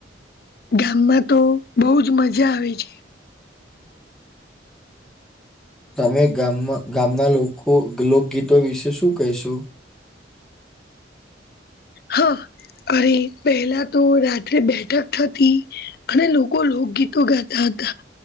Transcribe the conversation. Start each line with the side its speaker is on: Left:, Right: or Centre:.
Left: ગામમાં તો બહુ જ મજા આવે છે.
Centre: તમે ગામમાં ગામના લોકો લોકગીતો વિશે શું કહેશુ?
Left: હા અરે પહેલા તો રાત્રે બેઠક થતી. અને લોકો લોકગીતો ગાતા હતા.